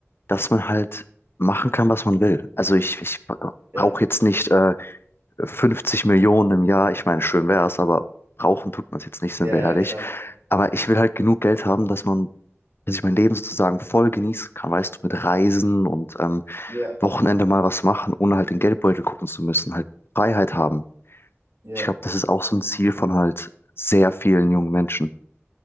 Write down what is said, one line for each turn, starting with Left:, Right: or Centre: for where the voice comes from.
Left: dass man halt machen kann, was man will. Also ich, ich
Right: ja,
Left: brauche jetzt nicht äh, 50 Millionen im Jahr. Ich meine, schön wäre es, aber brauchen tut man es jetzt nicht, sind
Right: ja,
Left: wir
Right: ja,
Left: ehrlich.
Right: klar, klar.
Left: Aber ich will halt genug Geld haben, dass man, dass ich mein Leben sozusagen voll genießen kann, weißt du, mit Reisen und ähm,
Right: Ja,
Left: Wochenende mal was machen, ohne halt den Geldbeutel gucken zu müssen, halt Freiheit haben.
Right: ja,
Left: Ich glaube, das ist auch so ein Ziel von halt sehr vielen jungen Menschen.